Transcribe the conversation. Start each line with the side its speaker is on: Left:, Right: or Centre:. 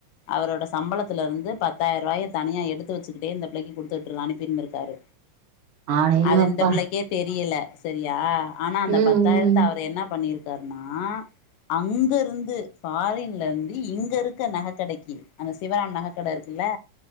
Left: அவரோட சம்பள த்துல இருந்து பத்தாயிர ரூவாய தனியா எடுத்து வச்சுக்கிட்டே இந்த பிள்ளைக்கு கொடுத்து அனுப்பிருந்துக்ராரு
Right: அடேங்கப்பா
Left: அது இந்த பிள்ளைக்கே தெரியல சரியா ஆனா அந்த
Right: ம்
Left: பத்தாயிரத்து
Right: ம்
Left: அவரு என்ன பண்ணிருக் கார்னா அங்கிருந்து ஃபாரின்ல இருந்து இங்க இருக்க நக கடைக்கு அந்த சிவா நகக்கட இருக்குல